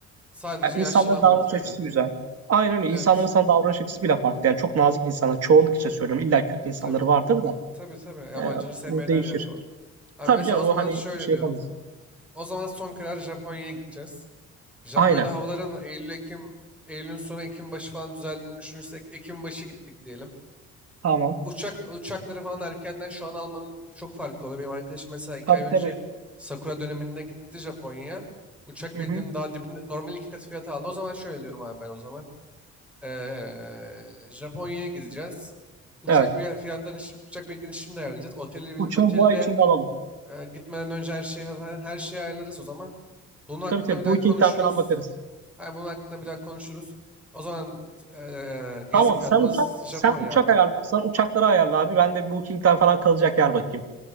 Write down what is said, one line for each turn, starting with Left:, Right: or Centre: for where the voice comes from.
Centre: Sadece
Right: Yani
Centre: yaşlanan
Right: insanların davranış
Centre: bir ülke. Aynen.
Right: açısı güzel. Aynen öyle
Centre: Evet.
Right: insanların sana davranış açısı bile farklı yani çok nazik insanlar çoğunluk için söylüyorum illa kötü insanları
Centre: Tabii.
Right: vardır
Centre: E,
Right: da
Centre: tabii tabii. Yabancıları
Right: e,
Centre: sevmeyen
Right: bu değişir.
Centre: her yerde var. Ha,
Right: Tabii
Centre: mesela
Right: canım
Centre: o zaman
Right: o hani
Centre: şöyle
Right: şey
Centre: diyorum.
Right: yapamayız.
Centre: O zaman son karar Japonya'ya gideceğiz. Japonya'da
Right: Aynen
Centre: havaların Eylül, Ekim, Eylül'ün sonu Ekim başı falan düzeldiğini düşünürsek Ekim başı gittik diyelim.
Right: tamam
Centre: Uçak uçakları falan erkenden şu an almanın çok farkı oluyor. Benim arkadaşım mesela iki
Right: tabii
Centre: ay önce
Right: tabii
Centre: Sakura döneminde gitti Japonya'ya. Uçak
Right: hı
Centre: biletlerinin
Right: hı.
Centre: daha dibinde normal iki katı fiyata aldı. O zaman şöyle diyorum abi ben o zaman. Ee, Japonya'ya gideceğiz. Uçak
Right: Evet
Centre: bilet- fiyatlarını, şi- uçak biletlerini şimdi ayarlayacağız. Oteli,
Right: uçağı
Centre: otelde
Right: bu ay içinde alalım.
Centre: e, gitmeden önce her şeyi her şeyi ayarlarız o zaman. Bunun hakkında
Right: Tabii tabii
Centre: bir daha
Right: Booking'den
Centre: konuşuruz.
Right: falan bakarız.
Centre: Hayır, bunun hakkında bir daha konuşuruz. O zaman t- eee, gezi
Right: Tamam
Centre: planımız
Right: sen uçak
Centre: Japonya
Right: sen uçak
Centre: abi.
Right: ayarla sen uçakları ayarla abi ben de Booking'den falan kalacak yer bakayım.